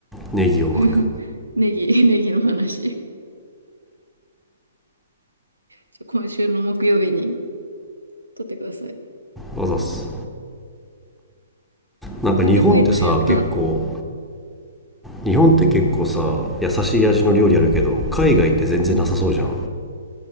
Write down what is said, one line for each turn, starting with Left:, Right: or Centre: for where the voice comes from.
Centre: うネギを巻く
Right: <laughs> うんネギ、<laughs> ネギの話。ちょ今週の木曜日に撮ってください。
Centre: あざっすなんか日本ってさ結構
Right: ネタ増えた、やった。
Centre: 日本って結構さ優しい味の料理あるけど海外って全然なさそうじゃん
Right: うん。うん。